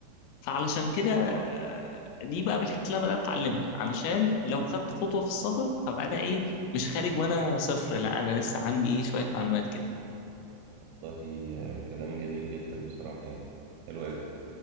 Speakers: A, on the left; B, on the right.
A: فعلشان كده آه، دي بقى من الحاجات اللي انا بدات اتعلمها علشان لو خدت خطوه في السفر فبقى انا ايه مش خارج وانا صفر لا انا لسه عندي ايه شويه معلومات كده
B: والله آه، كلام جميل جدا بصراحة يعني حلو أوي